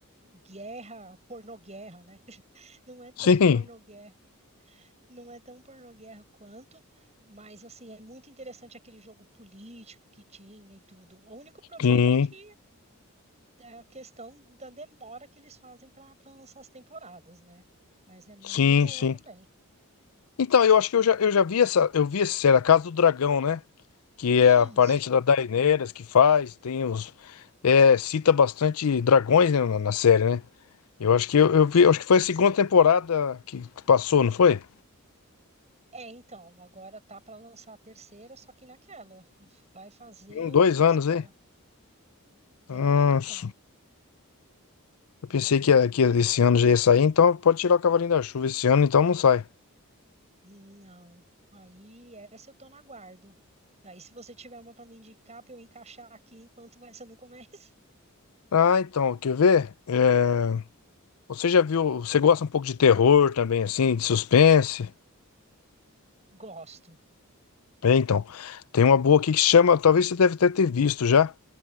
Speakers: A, on the right; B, on the left.
A: guerra, pornoguerra, né? <laughs> Não é tão
B: Sim,
A: pornoguerra Não é tão pornoguerra quanto, mas assim, é muito interessante aquele jogo político que tinha e tudo. O único problema
B: sim,
A: é que é a questão da demora que eles fazem para lançar as temporadas, né? Mas é muito
B: sim,
A: boa
B: sim.
A: também.
B: Então, eu acho que eu já, eu já vi essa, eu vi essa série, A Casa do Dragão, né? Que
A: Isso,
B: é a parente da Daenerys que faz, tem os, é, cita bastante dragões, né, na, na série, né? Eu acho que eu, eu
A: sim.
B: vi, eu acho que foi a segunda temporada que passou, não foi?
A: É, então, agora tá para lançar a terceira, só que naquela. Vai fazer.
B: Um, dois
A: Nossa,
B: anos,
A: cara.
B: hein?
A: É,
B: Nossa,
A: então.
B: eu pensei que, que esse ano já ia sair, então pode tirar o Cavalinho da Chuva esse ano, então não sai.
A: Não. Aí, essa eu tô no aguardo. Aí, se você tiver uma para me indicar, para eu encaixar aqui enquanto essa não começa.
B: Ah, então, quer ver? É, você já viu, você gosta um pouco de terror também, assim, de suspense?
A: Gosto.
B: É, então, tem uma boa aqui que chama, talvez você deve até ter visto já,